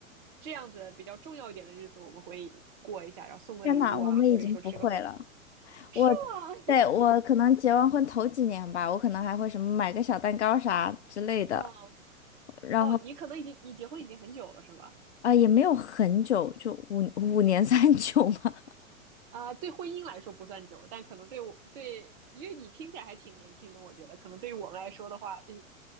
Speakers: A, on the right; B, on the left.
A: 这样子比较重要一点的日子，我们会过一下，然后送个礼物啊，
B: 天哪，我们已经不会了。
A: 或者说吃个饭。
B: 我
A: 哇，
B: 对我可能结完婚头几年吧，我可能还会什么买个小蛋糕啥之类的，
A: <laughs> 哦
B: 然后
A: 哦，你可能已经你结婚已经很久了是吧？
B: 啊、也没有很久，就五五年三九嘛。
A: 啊、对婚姻来说不算久，但可能对我对，因为你听起来还挺年轻的，我觉得可能对于我们来说的话，嗯